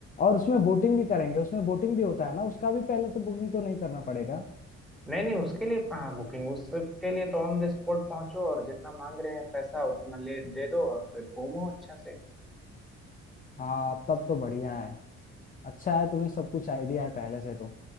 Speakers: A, on the left; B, in the centre.
A: और उसमें बोटिंग भी करेंगे उसमें बोटिंग भी होता है ना उसका भी पहले से बुकिंग तो नहीं करना पड़ेगा
B: नहीं नहीं उसके लिए कहाँ बुकिंग उसके लिए तो ऑन द स्पॉट पहुंचो और जितना मांग रहे हैं पैसा उतना ले दे दो और फिर घूमो अच्छा से
A: हाँ तब तो बढ़िया है अच्छा है तुम्हें सब कुछ आइडिया है पहले से तो